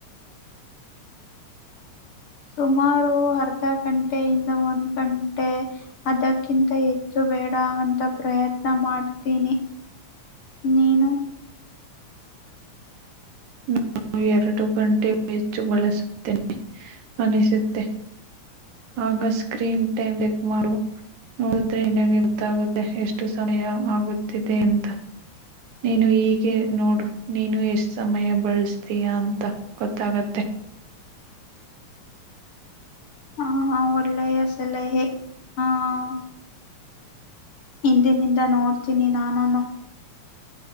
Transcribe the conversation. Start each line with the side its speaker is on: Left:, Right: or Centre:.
Left: <unintelligible> ಸುಮಾರು ಅರ್ಧ ಗಂಟೆಯಿಂದ ಒಂದ್ ಗಂಟೆ ಅದಕ್ಕಿಂತ ಹೆಚ್ಚು ಬೇಡ ಅಂತ ಪ್ರಯತ್ನ ಮಾಡ್ತೀನಿ ನೀನು
Right: ನಾನು ಎರಡು ಗಂಟೊ ಹೆಚ್ಚು ಬಳಸುತ್ತೇನೆ ಅನಿಸುತ್ತೆ ಆಗ ಸ್ಕ್ರೀನ್ ಟೈಮ್ ಚೆಕ್ ಮಾಡು ನೋಡಿದ್ರೆ ನಿಿನಗೆ ಗೊತ್ತಾಗುತ್ತೆ ಎಷ್ಟು ಸಮಯ ಆಗುತ್ತಿದೆ ಅಂತ <inaudible> ನೀನು ಹೀಗೆ ನೋಡು ನೀನು ಎಷ್ಟ್ ಸಮಯ ಬಳಸ್ತ ೀಯಾ <unintelligible> ಅಂತ ಗೊತ್ತಾಗತ್ತೆ
Left: ಹಾ ಹಾ ಒಳ್ಳೆಯ ಸಲಹೆ ಹ ಹ ಹಿಂದಿನಿಂದ ನೋಡ್ತೀನಿ ನಾನನು